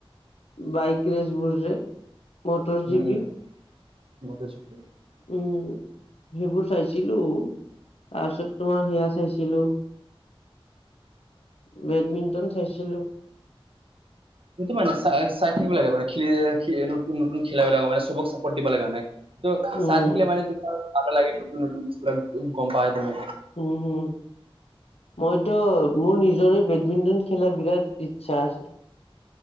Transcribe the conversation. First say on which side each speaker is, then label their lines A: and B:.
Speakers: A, on the left; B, on the right.
A: বাইক ৰেছ বোৰ যে। মটৰ
B: উম
A: জিবি
B: উম, বুজিছো।
A: উম, সেইবোৰ চাইছিলো, তাৰপিছত তোমাৰ সেইয়া চাইছিলো বেডমিণ্টন চাইছিলো।
B: সেইটো মানে চাই চাই থাকিব লাগে মানে, খেলি নতুন খেলাবিলাকক মানে চবক চাপৰ্ট দিব লাগে মানে। ত'
A: উম
B: চাই থাকিলে মানে তোমাৰ ভালো লাগে নতুন নতুন গম পোৱাই তুমি।
A: উম, হুম। মইতো মোৰ নিজৰেই বেডমিন্টন খেলাৰ বিৰাট ইচ্ছা আছে।